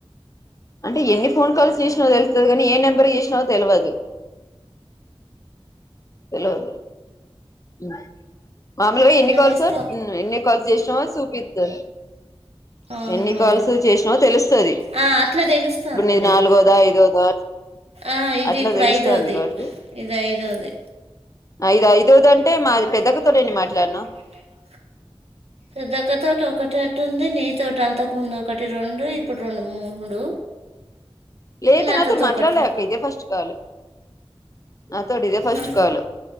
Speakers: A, on the left; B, on the right.
A: అంటే ఎన్ని ఫోన్ కాల్స్ చేసినావో తెలుస్తది గనీ ఏ నెంబర్ కీ చేసినావో తెలవదు తెల్వదు ఉ మామూలుగా ఎన్ని
B: అట్లా
A: కాల్స్
B: తెలిస్తే
A: ఉమ్ ఎన్ని కాల్స్ చేసినావో చూపితరు
B: ఆహా.
A: ఎన్ని కాల్స్ జేసినావో తెలుస్తది
B: ఆ, అట్లా తెలుస్తుందిలే
A: ఇప్పుడు నీది నాలుగోదా ఐదోదా
B: ఆ ఇది
A: అట్లా
B: ఇప్పుడు
A: తెలుస్తాంది
B: ఐదోది
A: కాబట్టి
B: ఇది ఐదోది
A: ఐదు ఐదోదంటే
B: ఐదు ఐదురుకంటే
A: మాది పెద్దక్కతో
B: మా
A: నేను
B: పెద్దక్క
A: మాట్లాడినా
B: తోని ఎన్ని ఏ మాట్లాడతదో పెద్దక్క తోటి ఒకటి అటు ఉంది నీ తోటి అంతకుముంది ఒకటి రెండు ఇప్పుడు రెండు మూడు
A: లేదు
B: లతతో
A: నాతోరు మాట్లాడలేక్క
B: ఒకటి
A: ఇదే ఫస్ట్ కాల్ నాతోటి ఇదే ఫస్ట్
B: హ
A: కాల్